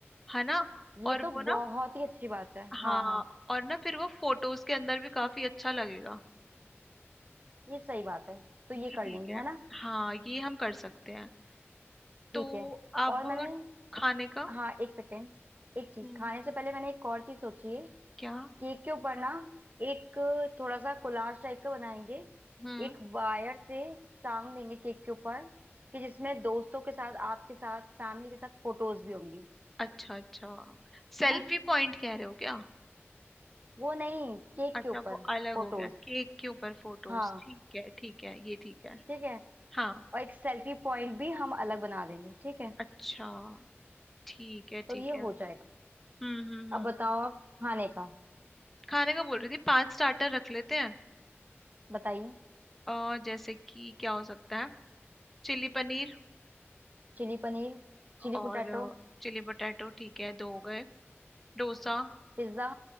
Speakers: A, in the centre; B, on the right (about 40°).
A: है ना
B: ये
A: और
B: तो
A: वो ना
B: बहुत ही अच्छी बात है हाँ
A: हाँ
B: हाँ
A: और ना फिर वो फोटोज के अंदर भी काफी अच्छा लगेगा
B: ये सही बात है तो ये
A: ये
B: कर
A: ठीक
B: लेंगे
A: है
B: है ना
A: हाँ ये हम कर सकते हैं तो
B: ठीक है
A: अब
B: और मैंने
A: खाने का
B: हाँ एक सेकेंड एक चीज
A: हम्म
B: खाने से पहले मैंने एक और चीज सोची है
A: क्या
B: केक के ऊपर ना एक थोड़ा सा कोलाज टाइप का बनाएंगे
A: हम्म
B: एक वायर से टांग देंगे केक के ऊपर कि जिसमें दोस्तों के साथ आपके साथ फैमिली के साथ फोटोज भी होंगी
A: अच्छा अच्छा सेल्फी
B: है ना
A: पॉइंट कह रहे हो क्या
B: वो नहीं केक
A: अच्छा
B: के ऊपर
A: वो अलग
B: फोटोज
A: हो गया केक के ऊपर फोटोज
B: हाँ
A: ठीक है ठीक है ये ठीक है
B: ठीक है
A: हाँ
B: और एक सेल्फी पॉइंट भी हम अलग बना देंगे ठीक है
A: अच्छा ठीक है
B: तो
A: ठीक
B: ये
A: है
B: हो जाएगा
A: हम्म हम्म हम्म
B: अब बताओ आप खाने का
A: खाने का बोल रही थी पांच स्टार्टर रख लेते हैं
B: बताइए
A: अ, जैसे कि क्या हो सकता है चिली पनीर
B: Chilli paneer chilli
A: और
B: potato
A: अ, चिली पोटैटो ठीक है दो हो गए डोसा
B: pizza